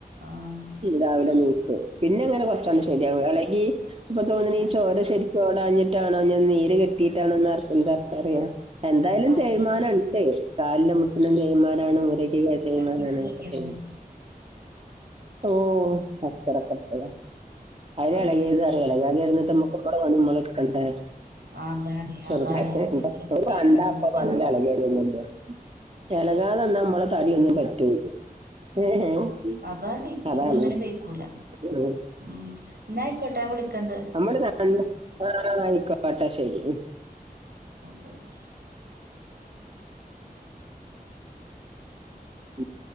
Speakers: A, on the right (about 80°); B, on the right (about 40°).
A: ആഹ്
B: രാവിലെ നോക്ക്. പിന്നെ അങ്ങനെ കൊറ്ചൊണ്ണം ശരിയാവു. എളകി ഇപ്പൊ തോന്നുണ്
A: ആഹ്
B: ചോര ശെരി ഓടാഞ്ഞിട്ടാണോ ഇഞ് നീര് കെട്ടിട്ടാണോ ന്നാർ എന്താർക്ക് അറിയാ എന്തായാലും
A: ആഹ്
B: തേയ്മാനം ഇണ്ട്. കാലിനും മുട്ടുനും തേയ്മാനാണ്. ഊരക്ക് തേയ്മാനാണ്ക്കട്ടെ
A: എക്സൽ എടുത്ത് നോക്കിയതാ
B: ഉം ട്ടോ കച്ചറ കച്ചറ അത്
A: ആഹ്
B: എളകിത് എളകാതെ ഇര്ന്ന്ട്ട് അമക് <unintelligible> ഇട്ക്കണ്ടേ
A: അതാണ്
B: ചെറുതായി
A: അതാണ്
B: <unintelligible>
A: എത്ര വെച്ചിട്ടാണ്
B: എന്റെ
A: കണ്ടിരിക്കുക.
B: അപ്പ പറഞ്ഞ എളകിവരൂന്നാ എളകാതെന്നാ നമ്മളെ തടിയൊന്നും പറ്റൂല <unintelligible>
A: അതാണ് വേറൊന്നിനും
B: അതാണ്
A: വെയ്ക്കൂല.
B: ഉം.
A: ഉം ഇന്നാ ആയിക്കോട്ടെ. ഞാൻ വിളിക്കണ്ട്.
B: നമ്മൾ രണ്ട്. ആ ആയിക്കോട്ടെ. ശെരി ഉം
A: ഇന്നാ ശരി
B: ഉം